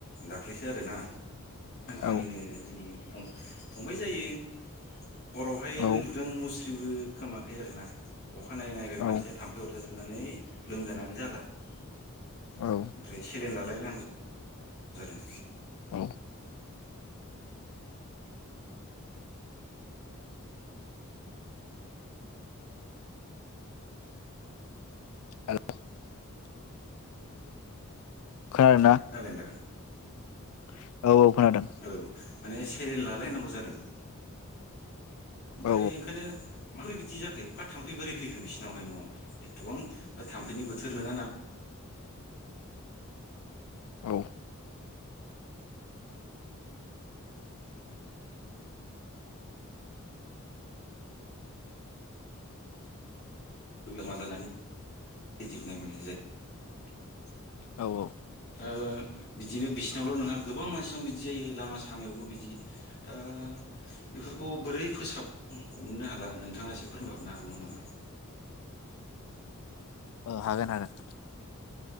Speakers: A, on the left (about 50°); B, on the left (about 80°).
A: दाख्लैसो आरोना
B: औ
A: आंनिनो जोंनि फं-फंबाय जायो। हरावहाय
B: औ
A: उन्दुदों मुस्र बेबो खोमाखै आरो ना। अखानायै नायबाय
B: औ
A: मसिया थाम्फै अरजा जो सनानै लोमजानानै जाला। ओमफ्राय
B: औ
A: सेलेन लालाय नांगौ <inaudible> जादों।
B: औ <unintelligible> खोनादोंना
A: खोनादों दा?
B: <unintelligible> औ औ खोनादों।
A: औ माने सेरेन लायनांगौ जादों ओमफ्राय
B: औ
A: ओंखानो माबोरै बिदि जाखो एफा थाम्फै बोरै फैखो बिसिनावहाय न'आव एथ'बां थाम्फैनि बोथोर नङा ना
B: औ
A: <unintelligible>
B: औ औ
A: ओ बिदिनो बिसिनावल' नङा गोबां मानसिनाव बिदि जायो लामा सामायावबो बिदि दा बेफोरखौ बोरै फोसाब हमनो हाला नोंथाङा एसे फोरमायहरनो हागौमोन नामा?
B: औ हागोन हागोन।